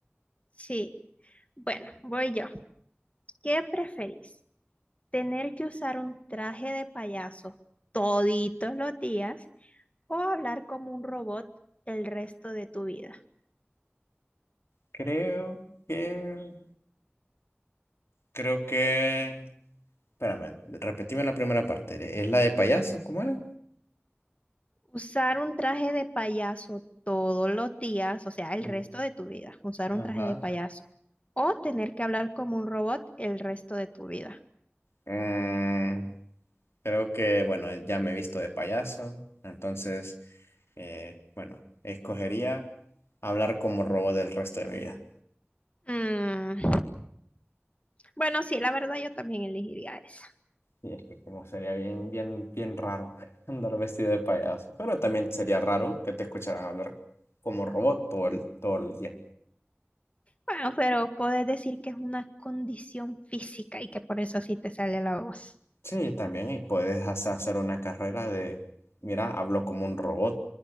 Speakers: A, on the left; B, on the left.
A: Sí, bueno, voy yo. ¿Qué preferís? ¿Tener que usar un traje de payaso toditos los días? o hablar como un robot el resto de tu vida.
B: Creo que, creo que, espérame, repetime la primera parte. ¿Es la de payaso? ¿Cómo era?
A: Usar un traje de payaso todos los días, o sea, el
B: Mm,
A: resto de tu vida, usar
B: Ajá.
A: un traje de payaso. O tener que hablar como un robot el resto de tu vida.
B: Mm, creo que, bueno, ya me he visto de payaso, entonces, eh, bueno, escogería hablar como robot el resto de mi vida.
A: Mm, Bueno, sí, la verdad yo también elegiría esa.
B: Y es que como sería bien, bien, bien raro <laughs> andar vestido de payaso, pero también sería raro que te escucharan hablar como robot todo el, todo el día.
A: Bueno, pero puedes decir que es una condición física y que por eso así te sale la voz.
B: Sí, también, y puedes hasta hacer una carrera de, mira, hablo como un robot.